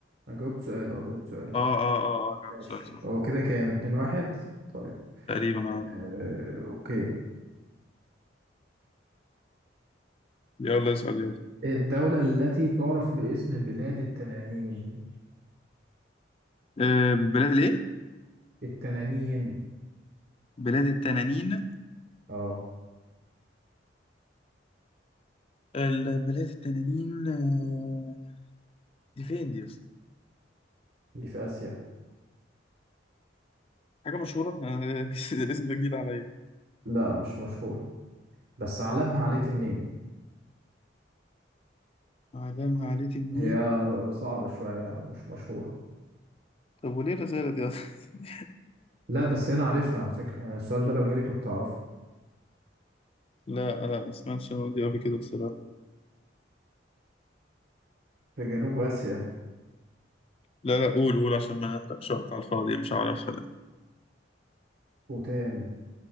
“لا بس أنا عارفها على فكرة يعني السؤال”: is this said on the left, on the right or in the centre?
Right